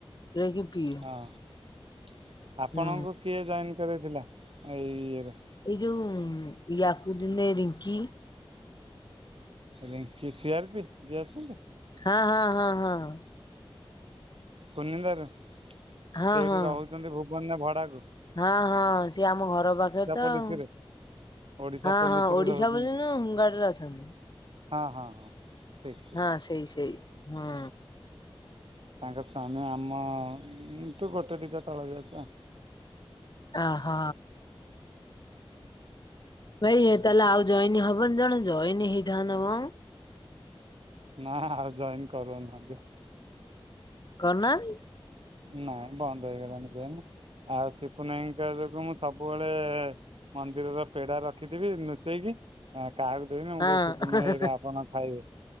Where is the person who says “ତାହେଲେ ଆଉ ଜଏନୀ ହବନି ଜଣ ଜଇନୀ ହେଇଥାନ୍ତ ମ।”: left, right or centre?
Left